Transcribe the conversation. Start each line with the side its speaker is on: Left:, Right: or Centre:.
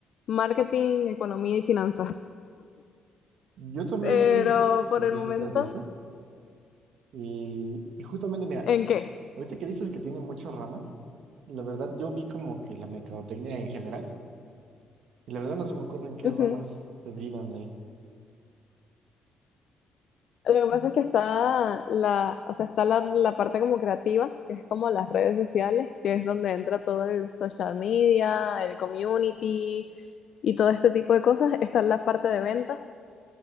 Left: marketing, economía y finanzas.
Right: Yo tomé
Left: Pero
Right: ayer las,
Left: por
Right: las
Left: el
Right: mesitas
Left: momento,
Right: de eso y, y justamente, mira,
Left: ¿en qué?
Right: ahorita que dices que tiene muchas ramas, la verdad yo vi como que la mercadotecnia en general y la verdad no se me ocurren qué
Left: Ujú.
Right: ramas se derivan de ahí.
Left: Lo que
Right: Entonces,
Left: pasa es que está la, o sea, está la, la parte como creativa, que es como las redes sociales, que es donde entra todo el social media, el community y todo este tipo de cosas. Está la parte de ventas,